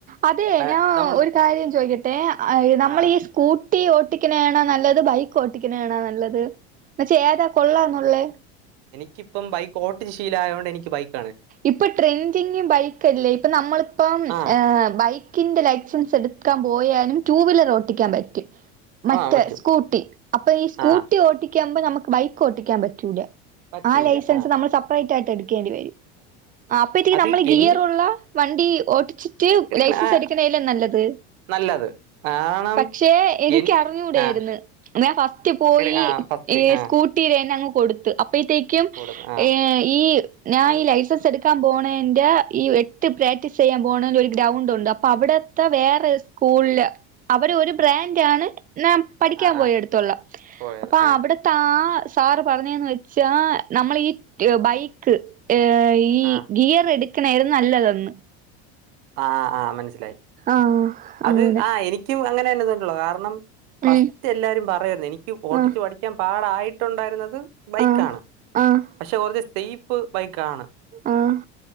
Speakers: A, on the right; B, on the right.
A: അതെ
B: ആഹ്
A: ഞാൻ
B: നമ്മൾ
A: ഒരു കാര്യം ചോയിക്കട്ടെ ആയ് നമ്മൾ
B: ആഹ്
A: ഈ സ്കൂട്ടി ഓട്ടിക്ക്നേണോ നല്ലത് ബൈക്ക് ഓട്ടിക്ക്നേണോ നല്ലത്? ന്നുവച്ചാ ഏതാ കൊള്ളാന്നൊള്ളേ?
B: ക്കിയ്പ്പം ബൈക്ക് ഓട്ടിച്ച് ശീലായോണ്ട് എനിക്ക് ബൈക്ക്
A: ഇപ്പൊ ട്രെൻഡിങ് ബൈക്കല്ലേ. ഇപ്പൊ നമ്മളിപ്പം
B: ആഹ്
A: ഏഹ് ബൈക്ക് ക്കിന്റെ ലൈസൻസ് എടുക്കാൻ പോയാലും ടൂ വീലർ ഓട്ടിക്കാൻ പറ്റും. മറ്റേ
B: ആഹ് പറ്റും
A: സ്കൂട്ടി. അപ്പൊ ഈ സ്കൂട്ടി
B: ആഹ്
A: ഓട്ടിക്കാമ്പോ നമുക്ക് ബൈക്ക് ഓട്ടിക്കാൻ പറ്റൂല
B: പറ്റൂല
A: ആ ലൈസൻസ്
B: ആഹ്
A: നമ്മൾ സെപ്പറേയ്റ്റ് ആയിട്ട് എടുക്കേണ്ടി വരും. ആഹ് അപ്പഴ്ത്തേക്ക്
B: അത്
A: നമ്മള് ഗിയറൊള്ള
B: എന്റെ
A: വണ്ടി ഓട്ടിച്ചിട്ട്
B: എടുക്കണം
A: ലൈസൻസ്
B: ആഹ്
A: എടുക്കണേല്ലെ നല്ലത്?
B: നല്ലത് കാരണം
A: പക്ഷെ എനിക്കറിഞ്ഞൂടെര്ന്ന്.
B: എൻ ആഹ്
A: ഞാൻ ഫസ്റ്റ് പോയി
B: എട് ആഹ് ഫസ്റ്റ്
A: ഈ
B: ആഹ്
A: സ്കൂട്ടിരന്ന അങ്ങ് കൊടുത്ത്. അപ്പഴ്ത്തേക്കും
B: കൊടു ആഹ്
A: ഏഹ് ഈ ഞാൻ ഈ ലൈസൻസ് എച്ച് എടുക്കാൻ പോണെന്റെ ഈ എട്ട് പ്രാക്ടീസ് ചെയ്യാൻ പോണ ഒരു ഗ്രൗണ്ട് ഉണ്ട് അപ്പൊ അവിടത്തെ വേറെ സ്കൂളില് അവര് ഒരു ബ്രാൻഡ് ആണ് നാൻ പഠിക്കാൻ
B: ആഹ്
A: പോയെടുത്തുള്ള
B: ആഹ് പോയത്
A: അപ്പൊ
B: ആഹ്
A: അവിടുത്താ സാർ പറഞ്ഞേന്ന്‌ വെച്ചാ നമ്മളീ ബൈക്ക് ആ ഈ
B: ആഹ്
A: ഗിയർ എടുക്കണേരുന്നു നല്ലതെന്ന്
B: ആഹ് ആഹ് മനസ്സിലായി
A: ആഹ്
B: അത്
A: അങ്ങനെ
B: ആ എനിക്കും അങ്ങനെ എന്നതോ ഉള്ളു കാരണം ഫസ്റ്റ്
A: ഉം
B: എല്ലാരും പറയായിരുന്നു എനിക്ക് ഓട്ടിച്ചു
A: ആഹ്
B: പഠിക്കാൻ പാടായി യിട്ടുണ്ടായിരുന്നത് ബൈക്കാണ്
A: ആഹ് ആഹ്
B: പക്ഷെ കുറച്ച് സ്റ്റെയിപ് ബൈക്കാണ്
A: ആഹ്